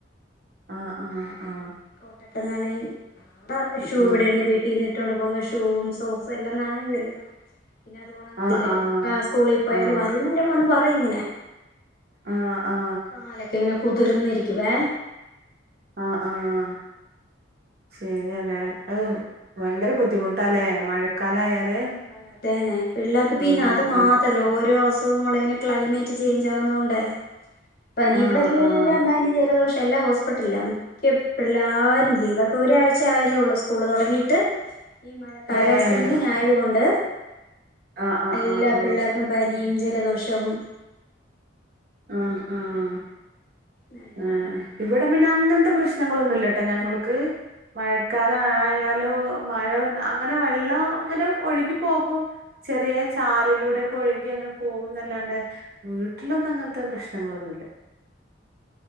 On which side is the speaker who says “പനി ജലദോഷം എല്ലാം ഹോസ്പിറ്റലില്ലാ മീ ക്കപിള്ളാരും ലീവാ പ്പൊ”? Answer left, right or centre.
Left